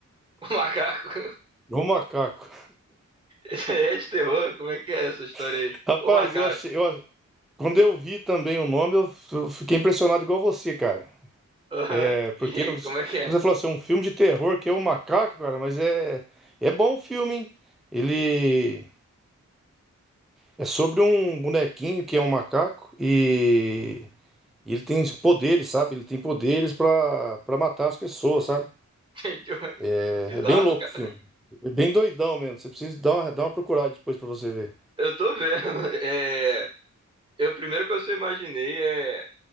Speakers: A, on the right; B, in the centre.
A: <laughs> o macaco.
B: O Macaco.
A: Esse aí é de terror, como é que é essa história
B: <laughs>
A: aí?
B: Rapaz,
A: O macaco.
B: eu achei, eu- a- quando eu vi também o nome, eu, f- eu fiquei impressionado igual você, cara.
A: Aham.
B: É, porque
A: E aí,
B: eu-
A: como é que é?
B: você falou assim, um filme de terror que é O Macaco, cara, mas é é bom o filme, hein? Ele é sobre um bonequinho que é um macaco e e ele tem poderes, sabe? Ele tem poderes pra para matar as pessoas, sabe?
A: <laughs> Gente,
B: É,
A: bizarro,
B: é bem louco
A: cara.
B: o filme. É bem doidão mesmo. Você precisa dar uma, dar uma procurada depois pra você ver.
A: Eu tô vendo. É. Eu, primeiro que eu só imaginei é,